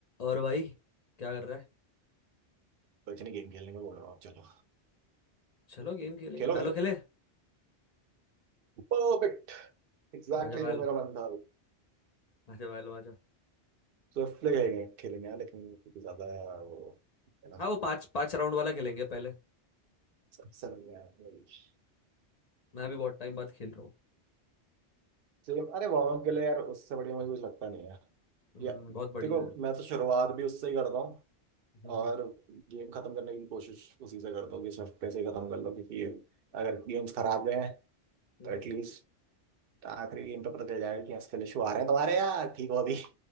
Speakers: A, on the left; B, on the right.
A: और भाई क्या कर रहा है
B: कुछ नहीं गेम खेलने को बोल रहा हूँ चलो
A: चलो गेम खेलेंगे
B: खेलोगे
A: वैलो खेले
B: परफेक्ट एग्जैक्टली
A: आजा वैलो
B: जो मेरा मन था अभी
A: आजा वैलो आजा
B: स्विफ्ट प्ले खेलेंगे खेलेंगे यार, लेकिन क्योंकि ज्यादा यार वो है ना
A: हाँ वो पांच पांच राउंड वाला खेलेंगे पहले
B: सबसे बढ़िया English।
A: मैं भी बहुत टाइम बाद खेल रहा हूँ
B: चलो अरे वार्म अप के लिए यार उससे बढ़िया मुझे कुछ लगता नहीं है
A: हम्म,
B: या
A: बहुत बढ़िया
B: देखो
A: है।
B: मैं तो शुरुआत भी उससे ही करता हूँ
A: हम्म,
B: और गेम खत्म करने की कोशिश उसी से करता हूँ कि स्विफ्ट प्ले से ही खत्म कर लो क्योंकि अगर गेम्स खराब गए हैं
A: हम्म।
B: तो एटलीस्ट आखिरी गेम पे पता चल जाएगा कि इसके इशू आ रहे हैं तुम्हारे यार ठीक हो अभी